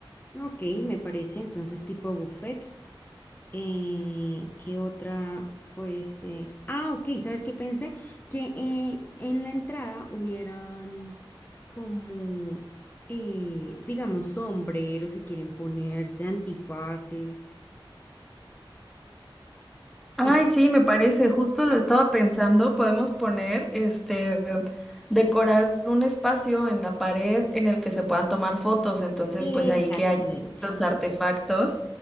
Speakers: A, on the left; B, in the centre.
A: Ok, me parece entonces tipo buffet. Eh, ¿qué otra puede ser? Ah, ok, ¿sabes qué pensé? Que eh, en la entrada hubieran como, eh, digamos, sombreros si quieren ponerse, antifaces.
B: Ay,
A: Es-
B: sí, me parece, justo lo estaba pensando, podemos poner, este, decorar un espacio en la pared en el que se puedan tomar fotos, entonces
A: Exactamente.
B: pues ahí que hay estos artefactos.